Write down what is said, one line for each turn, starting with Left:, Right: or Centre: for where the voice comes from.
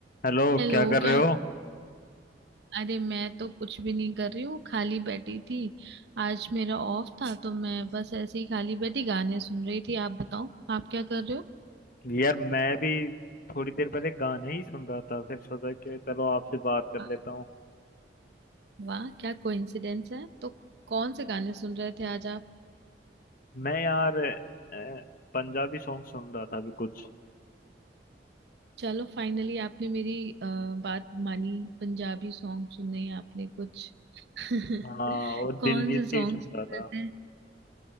Left: Hello
Right: Hello
Left: क्या कर रहे
Right: क्या
Left: हो
Right: अरे मैं तो कुछ भी नहीं कर रही हूँ खाली बैठी थी आज मेरा ऑफ था तो मैं बस ऐसे ही खाली बैठी गाने सुन रही थी आप बताओ आप क्या कर रहे हो
Left: यार मैं भी थोड़ी देर पहले गाने ही सुन रहा था फिर सोचा कि चलो आपसे बात कर
Right: वाह
Left: लेता हूँ
Right: वाह, क्या कोइंसिडेंस है तो कौन से गाने सुन रहे थे आज आप
Left: मैं यार अ, पंजाबी सॉन्ग सुन रहा था अभी कुछ
Right: चलो फाइनली आपने मेरी अ, बात मानी पंजाबी सॉन्ग सुने आपने कुछ <laughs>
Left: हाँ और दिलजीत
Right: कौन से सॉन्ग
Left: के ही सुन
Right: सुन
Left: रहा था
Right: रहे थे